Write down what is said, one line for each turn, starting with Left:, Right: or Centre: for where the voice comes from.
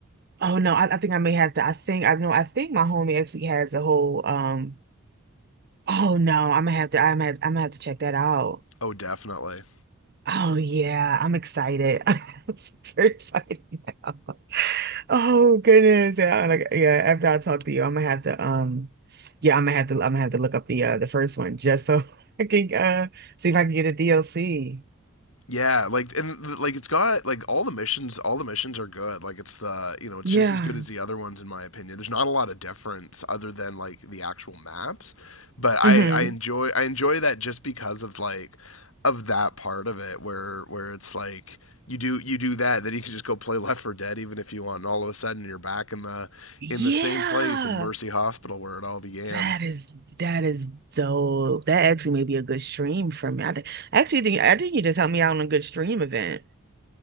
Right: Oh no, I, I think I may have to. I think I know. I think my homie actually has a whole. um Oh no, I'm gonna have to. I'm gonna, I'm gonna have to check that out.
Left: Oh, definitely.
Right: Oh yeah, I'm excited. <laughs> I'm super excited now. Oh goodness, yeah. Like yeah, after I talk to you, I'm gonna have to. Um, yeah, I'm gonna have to. I'm gonna have to look up the uh the first one just so <laughs> I can uh see if I can get a DLC.
Left: Yeah, like and like it's got like all the missions, all the missions are good. Like it's the, you know, it's
Right: Yeah.
Left: just as good as the other ones in my opinion. There's not a lot of difference other than like the actual maps, but I
Right: hmm
Left: I enjoy I enjoy that just because of like of that part of it where where it's like you do you do that then you can just go play Left 4 Dead even if you want and all of a sudden you're back in the
Right: Yeah.
Left: in the same place in Mercy Hospital where it all began.
Right: That is that is dope. That actually may be a good stream for me. I think I actually think I think you just helped me out on a good stream event.